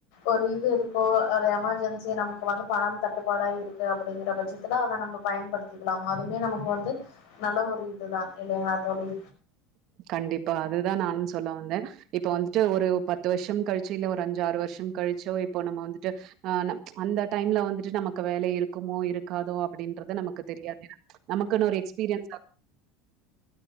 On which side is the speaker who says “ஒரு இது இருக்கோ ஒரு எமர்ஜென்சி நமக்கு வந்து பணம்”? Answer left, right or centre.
Left